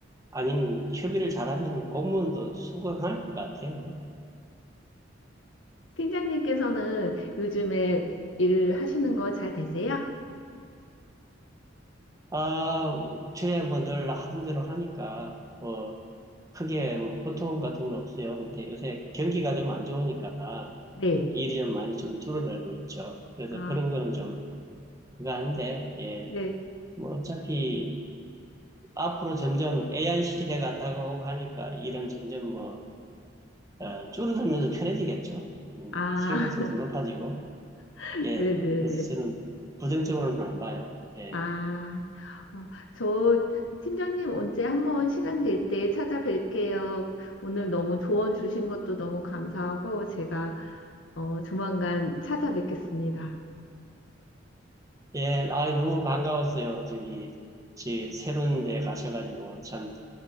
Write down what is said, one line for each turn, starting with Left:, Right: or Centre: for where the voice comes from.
Right: 아니면 협의를 잘하면 공무원도 수긍할 것 같아요.
Left: 팀장님께서는 요즘에 일 하시는 거 잘 되세요?
Right: 아, 저야 뭐 늘 하던 대로 하니까, 뭐, 크게 뭐 고통 같은 건 없어요. 근데 요새 경기가 좀 안 좋으니까
Left: 네.
Right: 일이 좀 많이 좀 줄어들고 있죠. 그래서
Left: 아,
Right: 그런 거는 좀 그거 닌데 예.
Left: 네.
Right: 뭐 어차피 앞으로 점점 AI 시대가 다가오고 하니까 일은 점점 뭐, 어, 줄어들면서 편해지겠죠. 음,
Left: 아,
Right: 생산성도 높아지고.
Left: <laughs>
Right: 예.
Left: 네네네.
Right: 그래서 저는 부정적으로는 안 봐요. 예.
Left: 아, 어, 저 팀장님 언제 한번 시간 될 때 찾아뵐게요. 오늘 너무 조언 주신 것도 너무 감사하고 제가 어, 조만간 찾아뵙겠습니다.
Right: 예. 아, 너무 반가웠어요. 저기, 지 새로운 데 가셔가지고 참